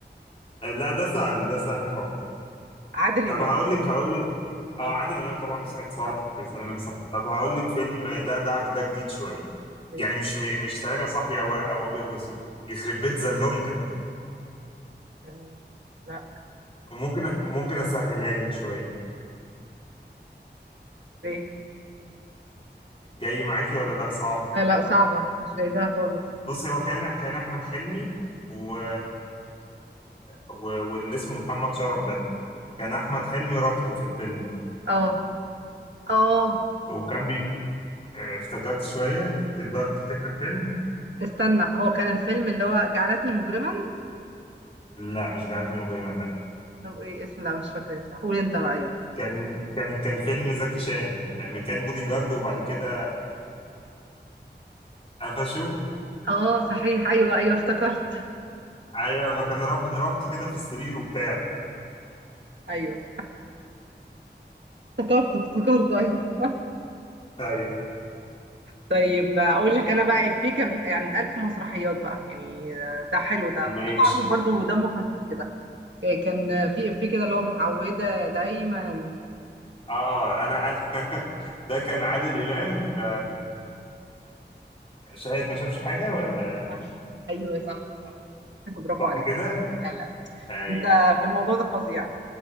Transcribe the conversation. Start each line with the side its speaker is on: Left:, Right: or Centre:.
Left: آه، لا ده سهل ده سهل خالص
Right: عادل
Left: طب
Right: امام
Left: هقول لك هقول لك اه
Right: اه
Left: عادل امام طبعا وسعيد صالح
Right: صح
Left: في سلام يا صاحبي طب هقول لك فيلم ده ده ده جديد شويه
Right: ايه
Left: يعني مش مش سلام يا صاحبي او او ابيض واسود يخرب بيت زلومتك
Right: آه، لا
Left: ممكن ممكن اسهلها لك شويه
Right: ايه
Left: جاي معاكي ولا لا صعب
Right: لا لا صعبه مش جايباها خالص
Left: بصي هو كان كان احمد حلمي و... و... واللي اسمه محمد شرف ده كان احمد حلمي رابطه في الفيلم
Right: اه اه
Left: وكان بي اه، افتكرت شويه تقدر تفتكر الفيلم
Right: استنى هو كان الفيلم اللي هو جعلتني مجرما
Left: لا مش جعلتني مجرمه لا
Right: طب ايه اسمه لا مش فاكره بصراحه قول انت بقى يلا
Left: كان كان كان فيلم زكي شان لما كان بودي جارد وبعد كده قفشوه
Right: اه صحيح ايوه ايوه افتكرت
Left: ايوه ما كان رابط رابطه كده في السرير وبتاع
Right: ايوه افتكرت افتكرت ايوه <laughs>
Left: <laughs>
Right: طيب اقول لك انا بقى افيه كان بيت... يعني اتقال في مسرحيات بقى يعني ده حلو ده
Left: ماشي
Right: ده معروف برضه ودمه خفيف كده إيه، كان في إفيه كده اللي هو متعودة دايما
Left: اه انا انا <laughs> ده كان عادل امام ف شاهد ما شافش حاجه ولا
Right: صح ايوه صح صح <laughs> برافو
Left: صح
Right: عليك
Left: كده
Right: لا لا
Left: ايوه
Right: انت في الموضوع ده فظيع